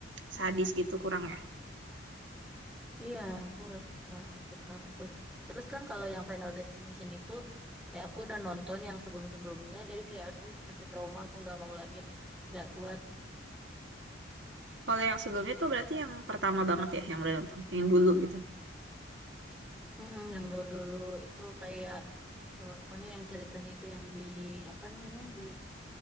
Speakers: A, on the right; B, in the centre.
A: sadis gitu kurang ya?
B: iya aku nggak suka aku takut terus kan kalau yang Final Destination itu kayak aku udah nonton yang sebelum-sebelumnya jadi kayak aduh masih trauma aku nggak mau lagi deh nggak kuat
A: Kalau yang sebelumnya tuh berarti yang pertama banget ya yang udah nonton, yang dulu gitu.
B: Mm-mm, yang dulu-dulu itu kayak Eh, pokoknya yang ceritanya itu yang di apa namanya di